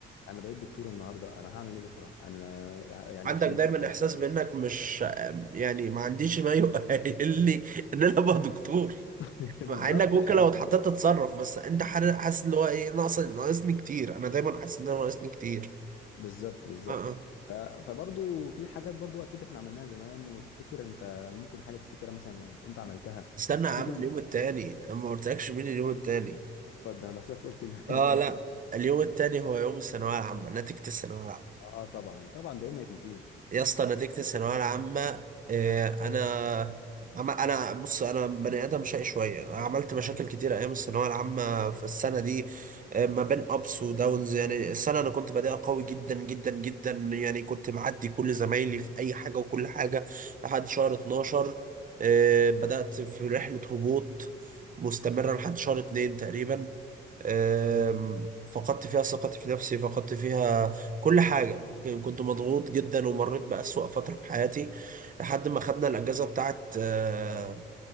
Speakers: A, on the left; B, on the right.
A: انا بقيت دكتور النهارده انا هعمل ايه بكره انا يعني
B: عندك
A: هشيل
B: دايما
A: مسؤوليه
B: احساس
A: ازاي
B: بانك مش يعني ما عنديش ما يؤهل لي ان انا ابقى دكتور
A: <laughs>
B: مع
A: بالظبط
B: انك ممكن
A: يعني
B: لو اتحطيت تتصرف بس انت حر- حاسس اللي هو ايه ناقص ناقصني كتير انا دايما حاسس ان انا ناقصني كتير
A: بالظبط بالظبط
B: اه اه
A: ف... فبرضو في حاجات برضو اكيد احنا عملناها زمان وتفتكر انت ممكن حاجه تفتكرها مثلا انت عملتها
B: استنى
A: تفتكر
B: يا عم اليوم
A: إنك-
B: التاني انا ما قلتلكش مين اليوم التاني
A: <laughs> اتفضل انا بحسك قلت لي
B: اه
A: <laughs> ماشي
B: لا اليوم التاني هو يوم الثانويه العامه نتيجه الثانويه العامه
A: اه طبعا طبعا ده يوم ما يتنسيش
B: يا اسطى نتيجة الثانوية العامة آه، انا عم- انا بص انا بني ادم شقي شوية عملت مشاكل كتير ايام الثانوية العامة في السنة دي آه، ما بين ابس وداونز يعني السنة انا كنت بادئها قوي جدا جدا جدا يعني كنت معدي كل زمايلي في اي حاجة وكل حاجة لحد شهر 12 آه، بدأت في رحلة هبوط مستمرة لحد شهر 2 تقريبا آم، فقدت فيها ثقتي في نفسي فقدت فيها كل حاجة كنت مضغوط جدا ومريت بأسوأ فترة في حياتي لحد ما خدنا الأجازة بتاعت آه،